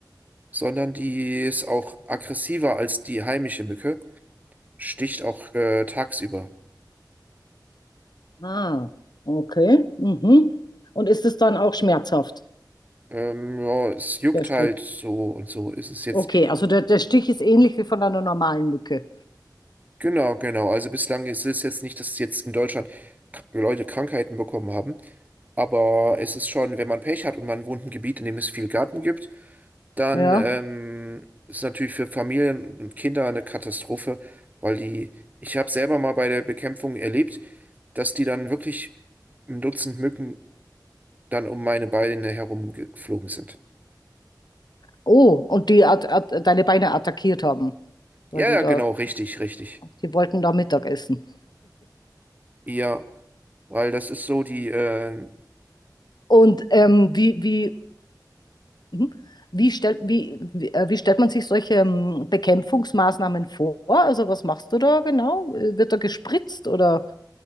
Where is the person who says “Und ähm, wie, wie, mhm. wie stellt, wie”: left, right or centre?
Left